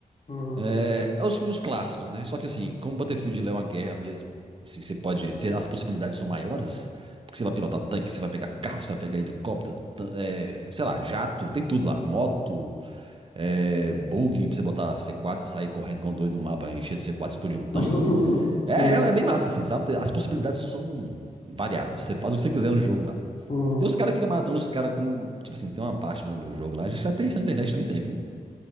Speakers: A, on the left; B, on the right.
A: uhum.
B: É, é os, os clássicos, né? Só que assim, como Battlefield ele é uma guerra mesmo, assim, você pode ter, as possibilidades são maiores, porque você vai pilotar tanque, você vai pegar carro, você vai pegar helicóptero, tan- é, sei lá, jato, tem tudo lá, moto, é, bug pra você botar C4 e sair correndo igual um doido no mapa, encher de C4, explodir um tanque.
A: <laughs> Sim.
B: É, é, é bem massa, assim, sabe? As possibilidades são variadas. Você faz o que você quiser no jogo lá.
A: Uhum,
B: Tem os caras que ficam matando os caras com. Tipo assim, tem uma parte do, do jogo lá. Já tem isso na internet também, tem, viu?